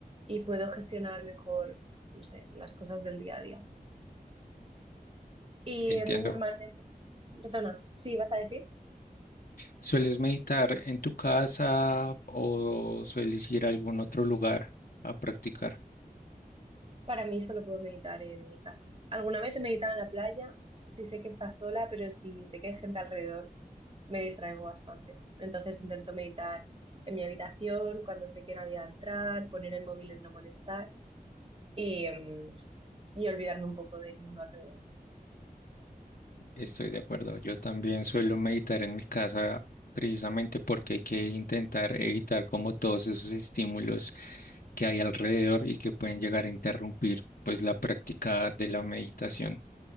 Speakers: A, on the right; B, on the left.
A: y puedo gestionar mejor, no sé, las cosas del día a día. Y
B: Entiendo.
A: em, normalmente, perdona, sí, vas a decir,
B: ¿Sueles meditar en tu casa o sueles ir a algún otro lugar a practicar?
A: para mí solo puedo meditar en mi casa. Alguna vez he meditado en la playa, sí sé que está sola, pero si sé que hay gente alrededor, me distraigo bastante. Entonces intento meditar en mi habitación, cuando sé que nadie va a entrar, poner el móvil en no molestar y, em, y olvidarme un poco del mundo alrededor.
B: Estoy de acuerdo. Yo también suelo meditar en mi casa precisamente porque hay que intentar evitar como todos esos estímulos que hay alrededor y que pueden llegar a interrumpir pues la práctica de la meditación.